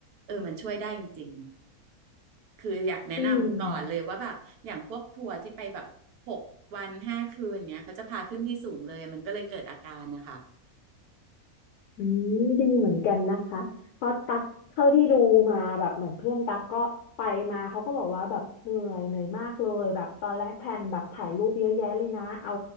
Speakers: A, on the right; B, on the left.
A: เออมันช่วยได้จริง คืออยากแนะนำก่อนเลยว่าแบบอย่างพวกทัวร์ที่ไปแบบหกวันห้าคืนเนี้ยเขาจะพาขึ้นที่สูงเลยมันก็เลยเกิดอาการนะคะ
B: อืม อืมดีเหมือนกันนะคะเพราะตักเท่าที่ดูมาแบบเหมือนเพื่อนตักก็ไปมาเขาก็บอกว่าแบบเหนื่อยเหนื่อยมากเลยแบบตอนแรกแพลนแบบถ่ายรูปเยอะแยะเลยนะเอา